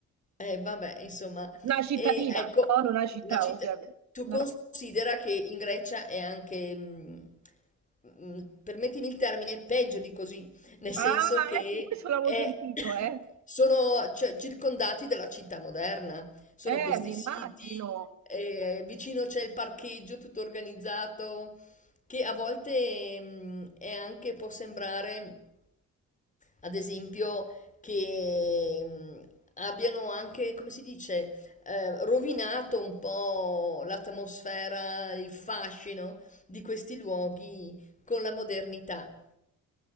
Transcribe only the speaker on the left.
Eh, vabbè, insomma,
e ecco,
una città...
tu
considera che in Grecia è anche, mh, mh, permettimi il termine, peggio di così, nel
senso che
è-
<coughs>
sono cioè, circondati dalla città moderna, sono
questi
siti,
eh, vicino c'è il parcheggio tutto organizzato, che a volte, mh, è anche, può sembrare... Ad esempio, che mh, abbiano anche, come si dice, eh, rovinato un po' l'atmosfera, il fascino di questi luoghi con la modernità.